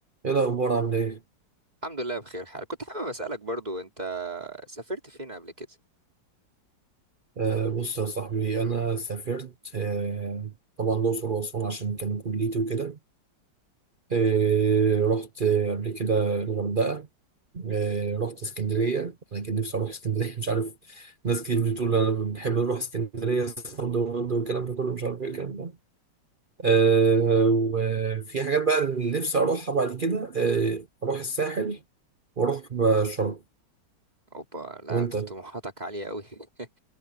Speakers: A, on the right; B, on the right.
A: ايه الاخبار عامل ايه
B: الحمد لله بخير حال كنت حابب أسألك برضو أنت سافرت فين قبل كده؟
A: آه بص يا صاحبي انا سافرت آه طبعا الاقصر واسوان عشان كان كليتي وكده آه رحت آه، قبل كده الغردقه آه رحت اسكندريه انا كان نفسي اروح اسكندريه <laughs> مش عارف ناس كتير بتقول انا بنحب نروح اسكندريه صد ورد والكلام ده كله مش عارف ايه الكلام ده آه وفي حاجات بقى اللي نفسي اروحها بعد كده آه اروح الساحل واروح شرم
B: أوبا لا
A: وانت
B: ت- طموحاتك عالية أوي <laughs>